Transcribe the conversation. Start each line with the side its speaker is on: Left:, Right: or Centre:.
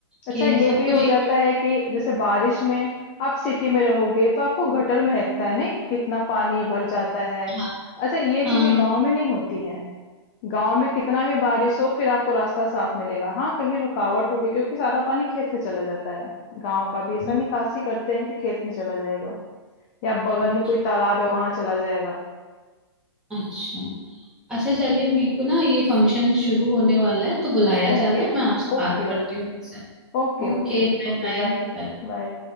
Left: अच्छा
Centre: कि
Left: ये
Centre: सब
Left: भी
Centre: कुछ
Left: हो
Centre: एक
Left: जाता
Centre: एक
Left: है कि जैसे बारिश में आप सिटी में रहोगे तो आपको गटर महकता है नहीं कितना पानी भर जाता है
Centre: हाँ
Left: अच्छा ये
Centre: हाँ
Left: चीजें गांव में नहीं होती हैं गांव में कितना भी बारिश हो फिर आपको रास्ता साफ मिलेगा हाँ कहीं रुकावट होगी क्योंकि सारा पानी खेत में चला जाता है गांव का भी ऐसा
Centre: हम्म,
Left: निकासी करते हैं कि खेत में चला जाएगा या बगल
Centre: हम्म,
Left: में कोई तालाब है वहां चला जाएगा
Centre: अच्छा अच्छा चलिए मेरे को ना ये फंक्शन शुरू होने वाला है तो बुलाया
Left: Okay
Centre: जा रहा है मैं आपसे
Left: Okay
Centre: बात
Left: okay
Centre: करती हूँ फिर से
Left: Okay
Centre: Okay
Left: okay
Centre: bye
Left: Okay
Centre: bye
Left: bye
Centre: बाय।
Left: bye